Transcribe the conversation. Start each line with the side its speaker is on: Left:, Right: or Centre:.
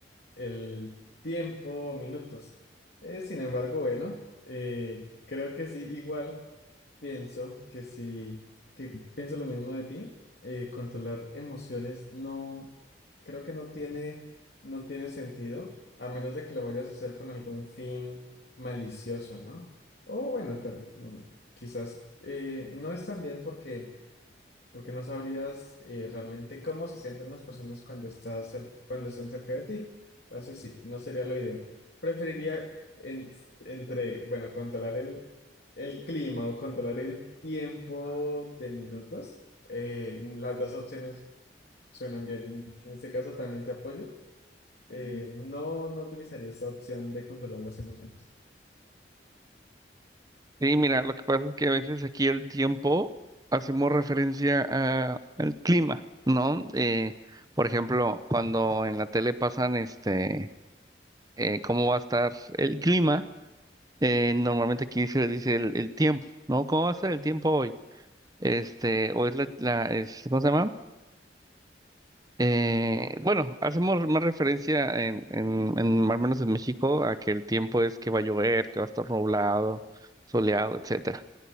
Left: el tiempo, minutos. Eh, sin embargo, bueno, eh, creo que sí, igual. Pienso que sí, que pienso lo mismo de ti. eh, controlar emociones no, creo que no tiene, no tiene sentido, a menos de que lo vayas a hacer con algún fin malicioso, ¿no? O bueno, tal- mm, quizás eh, no es tan bien porque porque no sabrías eh, realmente cómo se sienten las personas cuando, estás cer- cuando están cerca de ti. Entonces, sí, no sería lo ideal. Preferiría en- entre, bueno, controlar el, el clima o controlar el tiempo de minutos. Eh, las dos opciones suenan bien. En, en este caso también te apoyo. Eh, no, no utilizaría esta opción de controlar las emociones.
Right: Y mira, lo que pasa es que a veces aquí el tiempo hacemos referencia a- al clima, ¿no? Eh, por ejemplo, cuando en la tele pasan este, eh, cómo va a estar el clima. eh, normalmente aquí se dice el, el tiempo, ¿no? ¿Cómo va a ser el tiempo hoy? Este, hoy es la, la- es- ¿cómo se llama? Eh, bueno, hacemos más referencia en, en, en, al menos en México, a que el tiempo es que va a llover, que va a estar nublado, soleado, etcétera.